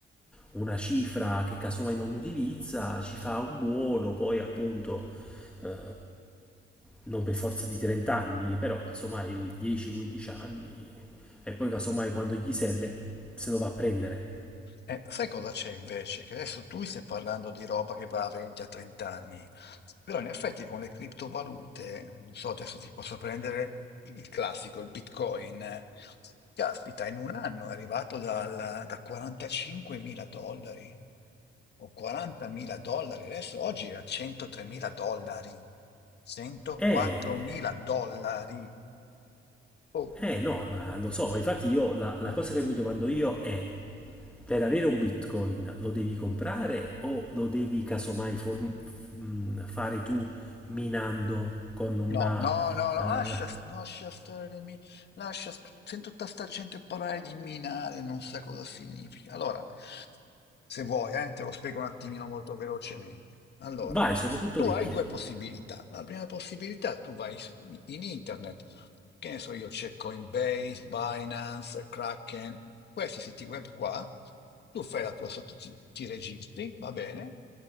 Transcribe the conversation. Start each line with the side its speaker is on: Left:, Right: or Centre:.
Centre: una cifra che casomai non utilizza, ci fa un buono, poi appunto, eh, non per forza di 30 anni, però casomai 10-15 anni, e poi casomai quando gli serve se lo va a prendere.
Left: Eh, sai cosa c'è invece? Che adesso tu mi stai parlando di roba che va a 20 a 30 anni, però in effetti con le criptovalute, non so, adesso ti posso prendere il classico, il Bitcoin. eh. Caspita, in un anno è arrivato dal- da 45 mila dollari o 40 mila dollari, adesso oggi è a 103 mila dollari, 104
Centre: Eh...
Left: mila dollari. Oh,
Centre: Eh no, ma lo so, ma infatti io la, la cosa che mi domando io è, per avere un Bitcoin lo devi comprare o lo devi casomai form- f- mh, fare tu minando con una...
Left: No, no, no, no,
Centre: eh,
Left: lascia, lascia stare le mine, lascia, st- sento tutta sta gente parlare di minare, non sa cosa significa. Allora, se vuoi, eh, te lo spiego un attimino molto velocemente. Allora,
Centre: vai, sono tutto
Left: tu
Centre: ricche,
Left: hai due possibilità. La prima possibilità, tu vai su- in internet, che ne so io, c'è Coinbase, Binance, Kraken, questi siti web qua, tu fai la tua sotto, ti ti registri, va bene,